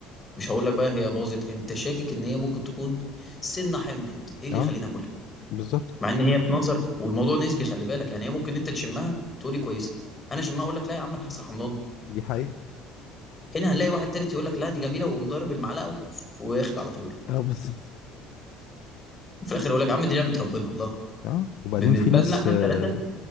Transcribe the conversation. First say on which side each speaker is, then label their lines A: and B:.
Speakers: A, on the left; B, on the left.
A: مش هقول لك بقى هي باظت انت شاكك ان هي ممكن تكون سنه حمضت ايه اللي
B: آه،
A: يخليني اكلها
B: بالظبط
A: مع ان هي في نظر والموضوع نسبي خلي بالك يعني هي ممكن انت تشمها تقولي كويسه انا شمها اقول لك لا يا عم انا حاسه حمضان
B: دي حقيقة
A: هنا هنلاقي واحد تالت يقول لك لا دي جميله ويقوم ضارب المعلقه و- وياخد على طول
B: اه بالظبط
A: وفي الاخر يقول لك يا عم دي نعمه ربنا الله
B: اه وبعدين
A: بالنسبه
B: في ناس
A: لنا احنا
B: آه
A: الثلاثه